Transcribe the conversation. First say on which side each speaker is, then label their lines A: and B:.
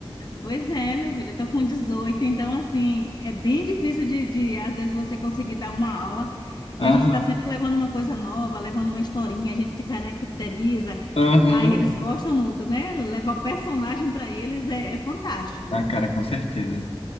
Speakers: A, on the left; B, on the left.
A: Pois é, meu filho, eu tô com dezoito então assim, é bem difícil de, de, às vezes você conseguir dar uma aula
B: Aham,
A: e a gente está sempre levando uma coisa nova, levando uma historinha, a gente se caracteriza,
B: aham.
A: aí eles gostam muito, né? Levar o personagem para eles é, é fantástico,
B: Ah, cara, com certeza.